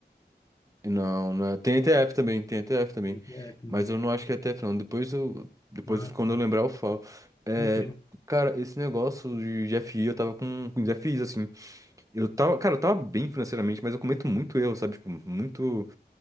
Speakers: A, on the right; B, on the left.
A: Não, não é. Tem ETF também, tem ETF também.
B: ETF,
A: Mas
B: né?
A: eu não acho que é ETF, não. Depois eu. Depois,
B: Ah,
A: quando
B: tá.
A: eu lembrar, eu falo. É,
B: Tranquilo.
A: cara, esse negócio de de FI, eu tava com, com desafios, assim. Eu tava, cara, eu tava bem financeiramente, mas eu cometo muito erro, sabe? Tipo, muito.